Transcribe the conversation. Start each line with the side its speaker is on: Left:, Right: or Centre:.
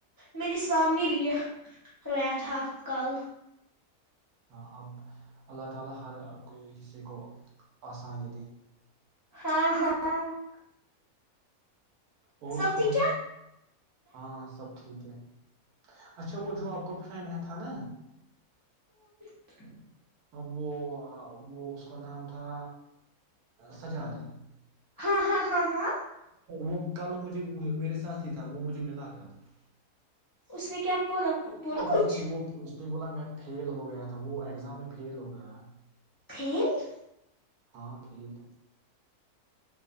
Left: میرے سامنے بھی یہ رہیا تھا کل
Right: ہاں اب اللہ تعالی ہر کو کسی کو آسانی دے
Left: ہاں ہاں <unintelligible>
Right: اور
Left: سبزی
Right: سنا
Left: کیا
Right: ہاں سب ٹھیک ہے اچھا وہ جو آپ کو فرینڈ ہے تھا نا
Left: ہ <unintelligible>
Right: ا وہ وہ اس کا نام تھا سجادہ <unintelligible>
Left: ہاں ہاں ہاں ہاں <unintelligible>
Right: وہ کل مجھے میرے ساتھی تھا وہ مجھے ملا کل <unintelligible>
Left: اس نے کیا <inaudible> بولا
Right: ا
Left: کچھ
Right: سے وہ <unintelligible> نے بولا میں فیل ہو گیا تھا وہ ایگزام میں فیل ہو گیا <unintelligible>
Left: پھر
Right: ہاں بھی <inaudible>